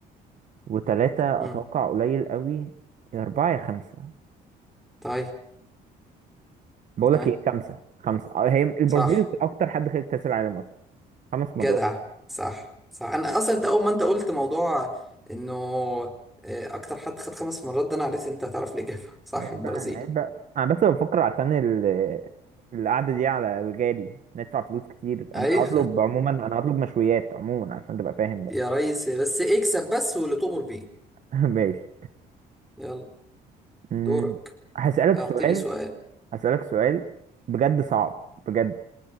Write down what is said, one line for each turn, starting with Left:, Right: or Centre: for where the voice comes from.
Right: وتلاتة
Centre: امم
Right: أتوقع قليل قوي يا أربعة يا خمسة
Centre: طيب
Right: بقول
Centre: ها
Right: لك إيه خمسة خمسة آه، هي البرازيل
Centre: صح
Right: أكتر حد خد كأس العالم أصلا خمس
Centre: جدع
Right: مرات
Centre: صح صح انا اصلا انت اول ما انت قلت موضوع انه آه، اكتر حد خد خمس مرات ده انا عرفت إن انت هتعرف الاجابه <laughs> صح
Right: عيب
Centre: البرازيل
Right: بقى عيب بقى انا بس بفكر عشان ال... القعده دي على الغالي ندفع فلوس كتير
Centre: اي
Right: انا هطلب عموما انا هطلب مشويات عموما عشان تبقى فاهم
Centre: <laughs>
Right: بقى
Centre: يا ريس بس اكسب بس واللي تؤمر بيه
Right: <laughs> ماشي
Centre: يلا
Right: أمم،
Centre: دورك
Right: هسألك
Centre: اعطيني
Right: سؤال
Centre: سؤال
Right: هسألك سؤال بجد صعب بجد